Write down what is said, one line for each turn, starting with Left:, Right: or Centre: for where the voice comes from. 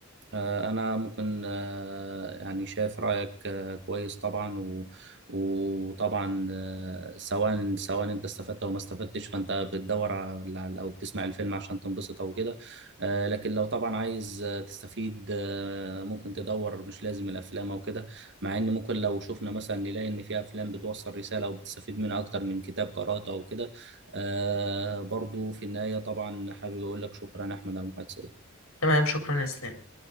Right: آه، أنا ممكن آه، يعني شايف رأيك آه، كويس طبعا و- وطبعا آه، سواء سواء أنت استفدت أو ما استفدتش فأنت بتدور على أو بتسمع الفيلم عشان تنبسط أو كده آه، لكن لو طبعا عايز آه، تستفيد آه، ممكن تدور مش لازم الأفلام أو كده مع إن ممكن لو شفنا مثلا نلاقي إن في أفلام بتوصل رسالة وبتستفيد منها أكتر من كتاب قرأته أو كده آه، برضو في النهاية طبعا حابب أقول لك شكرا أحمد على المحادثة
Left: تمام شكرا يا اسلام